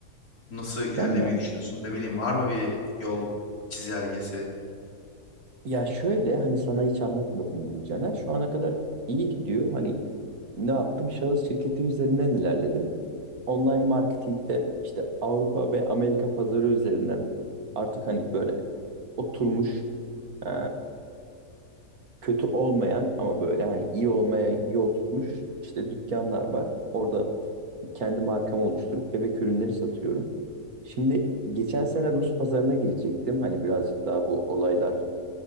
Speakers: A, on the left (about 80°); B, on the right (about 75°).
A: Nasıl ilerlemeyi
B: Ben de
A: düşünüyorsun? Ne bileyim var mı bir yol çizelgesi?
B: ya şöyle hani sana hiç anlatmadım bunu Caner şu ana kadar iyi gidiyor hani ne yaptım şahıs şirketi üzerinden ilerledim. Online marketingde işte Avrupa ve Amerika pazarı üzerinden artık hani böyle oturmuş Ee, kötü olmayan ama böyle hani iyi olmaya yol tutmuş işte dükkanlar var. Orada kendi markamı oluşturup bebek ürünleri satıyorum. Şimdi geçen sene Rus pazarına girecektim. Hani birazcık daha bu olaylar